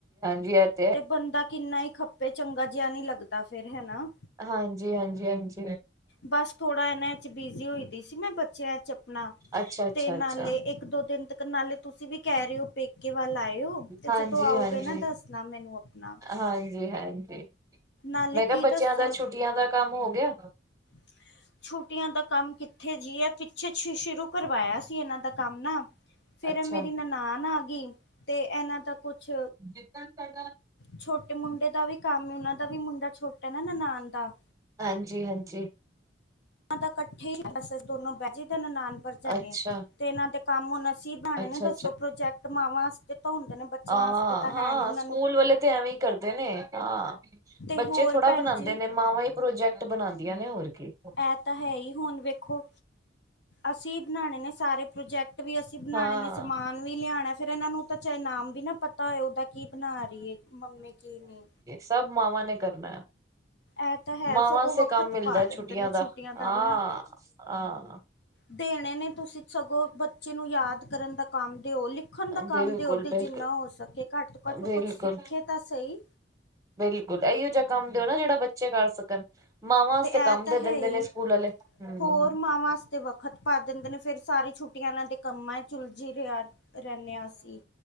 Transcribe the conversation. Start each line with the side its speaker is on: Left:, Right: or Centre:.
Right: ਹਾਂਜੀ-ਹਾਂਜੀ ਐ
Left: ਤੇ ਬੰਦਾ ਕਿੰਨਾ ਈ ਖੱਪੇ, ਚੰਗਾ ਜੇਆ ਨੀ ਲੱਗਦਾ ਫੇਰ, ਹੈਨਾ?
Right: ਹਾਂਜੀ, ਹਾਂਜੀ, ਹਾਂਜੀ।
Left: ਬਾੱਸ ਥੋੜਾ ਐਨਾਂ ਇਚ ਬਿਜੀ ਹੋਈ ਦੀ ਸੀ, ਮੈਂ ਬੱਚੇਆਂ ਚ ਅਪਨਾ,
Right: ਅੱਛਾ ਅੱਛਾ
Left: ਤੇ ਨਾਲੇ
Right: ਅੱਛਾ
Left: ਏੱਕ-ਦੋ ਦਿਨ ਤੱਕ ਨਾਲੇ ਤੂਸੀ ਵੀ ਕੈ ਰੇ ਓ ਪੇੱਕੇ ਵੱਲ ਆਏ ਓ ਤੇ
Right: ਹਾਂਜੀ
Left: ਜਦੋਂ ਆਓਗੇ
Right: ਹਾਂਜੀ
Left: ਨਾ, ਦੱਸਨਾ ਮੈਨੂੰ ਅਪਨਾ।
Right: ਹਾਂਜੀ ਹਾਂਜੀ।
Left: ਨਾਲੇ
Right: ਮੈਂ
Left: ਕੀ
Right: ਕਿਹਾ
Left: ਦੱਸਾਂ
Right: ਬੱਚਿਆਂ ਦਾ ਛੁੱਟੀਆਂ ਦਾ ਕਾੰਮ ਹੋ ਗੇਆ?
Left: <inaudible> ਛੁੱਟੀਆਂ ਦਾ ਕਾੰਮ ਕਿੱਥੇ ਜੀ, ਐ ਪਿੱਛੇ ਸ਼ ਸ਼ੁਰੂ ਕਰਵਾਏਆ ਸੀ ਇਨਾਂ ਦਾ ਕਾੰਮ ਨਾ ਫੇਰ
Right: ਅੱਛਾ
Left: ਐ ਮੇਰੀ ਨਨਾਨ ਆਗੀ ਤੇ ਐਨਾਂ ਦਾ ਕੁੱਛ
Right: ਜਿੱਦਨ ਸਾਡਾ
Left: ਛੋਟੇ ਮੁੰਡੇ ਦਾ ਵੀ ਕਾੰਮ, ਉਨਾ ਦਾ ਵੀ ਮੁੰਡਾ ਛੋਟੈ ਨਾ ਨਨਾਨ ਦਾ
Right: ਹਾਂਜੀ-ਹਾਂਜੀ।
Left: ਉਨਾਂ ਦਾ ਕੱਠੇ ਈ ਬਾੱਸ ਅਸੀ ਦੋਨੋ ਬੈਜਾਈ ਦੈ ਨਨਾਨ ਭਰਜਾਈ
Right: ਅੱਛਾ
Left: ਨੇ ਤੇ ਇਨਾਂ ਦੇ ਕਾੰਮ ਹੁਨ ਅਸੀ ਬਾਨੇ
Right: ਅੱਛਾ
Left: ਨੇ, ਦੱਸੋ ਪ੍ਰੋਜੈਕਟ ਮਾਵਾਂ ਆਸਤੇ ਤਾਂ ਹੁੰਦੇ ਨੇ। ਬੱਚਿਆਂ
Right: ਆ,
Left: ਵਾਸਤੇ ਤਾਂ ਹੈ
Right: ਹਾਂ,
Left: ਨੀ ਉਹਨਾਂ
Right: ਸੂਕੂਲ
Left: ਨੂੰ
Right: ਵਾਲੇ ਤੇ ਐਵੇਂ ਈ ਕਰਦੇ ਨੇ, ਹਾਂ।
Left: ਤੇ
Right: ਬੱਚੇ
Left: ਹੋਰ
Right: ਥੋੜਾ
Left: ਭੈਣ
Right: ਬਨਾਂਦੇ
Left: ਜੀ
Right: ਨੇ, ਮਾਵਾਂ ਈ ਪ੍ਰੋਜੈਕਟ ਬਨਾਂਦੀਆਂ ਨੇ, ਹੋਰ ਕੀ।
Left: ਐ ਤਾ ਹੈ ਈ ਹੁਨ ਵੇਖੋ, ਅਸੀ ਈ ਬਨਾਨੇ ਨੇ ਸਾਰੇ ਪ੍ਰੋਜੈਕਟ ਵੀ ਅਸੀ ਬਨਾਣੇ
Right: ਹਾਂ।
Left: ਨੇ, ਸਮਾਨ ਵੀ ਲਿਆਣੈ, ਫੇਰ ਇਨਾਂ ਨੂੰ ਚਾਏ ਨਾਮ ਵੀ ਨਾ ਪਤਾ ਹੋਏ ਉਦਾ ਕੀ ਬਨਾ ਰੀ ਏ ਮੰਮੀ ਕੀ ਨੀ।
Right: ਸਬ ਮਾਵਾਂ ਨੇ ਕਰਨੈ।
Left: ਇਹ ਤਾਂ ਹੈ
Right: ਮਾਵਾਂ
Left: ਸਗੋਂ
Right: ਅਸੇ
Left: ਵਖਤ
Right: ਕਾੰਮ ਮਿਲਦੈ
Left: ਪਾ ਦਿੰਦੇ
Right: ਛੁੱਟੀਆਂ
Left: ਨੇ
Right: ਦਾ, ਆਂ,
Left: ਵੀ ਨਾ
Right: ਆਂ।
Left: ਦੇਣੇ ਨੇ ਤੂਸੀ ਸਗੋਂ ਬੱਚੇ ਨੂੰ ਯਾਦ ਕਰਨ ਦਾ ਕਾੰਮ ਦੇਓ, ਲਿੱਖਨ ਦਾ ਕਾੰਮ
Right: ਬਿਲਕੁਲ
Left: ਦੇਓ ਤੇ
Right: ਬਿਲਕੁਲ
Left: ਜਿੰਨਾ ਹੋ ਸਕੇ, ਘਾੱਟ ਤੋਂ ਘਾੱਟ ਓ
Right: ਬਿਲਕੁਲ
Left: ਕੁੱਛ ਸਿੱਖੇ ਤਾਂ ਸਈ।
Right: ਬਿਲਕੁਲ, ਐਈਓ ਜਾ ਕਾੰਮ ਦੇਓ ਨਾ ਜੇੜਾ ਬੱ ਬੱਚੇ ਕਾਰ ਸਕਨ, ਮਾਵਾਂ
Left: ਤੇ
Right: ਅਸਤੇ
Left: ਇਹ
Right: ਕਾੰਮ
Left: ਤਾਂ
Right: ਦੇ
Left: ਹੈ
Right: ਦੇੰਦੇ
Left: ਹੀ
Right: ਨੇ ਸੂਕੂਲ ਵਾਲੇ, ਹੂੰ।
Left: ਹੋਰ ਮਾਵਾਂ ਵਾਸਤੇ ਵੱਖ ਖ਼ਤ ਪਾ ਦੇਂਦੇ ਨੇ, ਫੇਰ ਸਾਰੀ ਛੁੱਟੀਆਂ ਏਨਾਂ ਦੇ ਕੰਮਾਂ ਚ ਉਲਜੀ ਰੇਆ, ਰੇੱਨੇ ਆਂ ਅਸੀ।